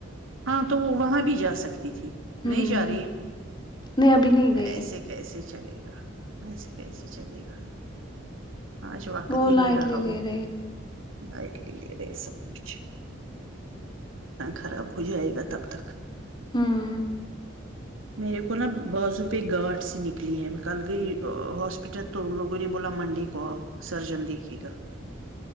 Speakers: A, on the right (about 75°); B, on the left (about 20°).
A: ہاں تو وہ وہاں بھی جا سکتی تھی
B: ہوں
A: نہیں جا رہی ہے
B: نہیں ابھی نہیں گئی
A: ایسے
B: ہے
A: کیسے چلے گا ویسے کیسے چلے گا آج وقت
B: وہ
A: ہی
B: لائٹ
A: نہیں رہا
B: لے لے
A: وہ
B: رہے ہیں
A: لائٹ لے لے رہے سب کچھ خراب ہو جائے گا تب تک
B: ہوں
A: میرے کو نا بازو پہ گارھ سے نکلی ہے میں کل گئی ہاسپٹل تو لوگوں نے بولا منڈی کو آؤ سرجن دیکھے گا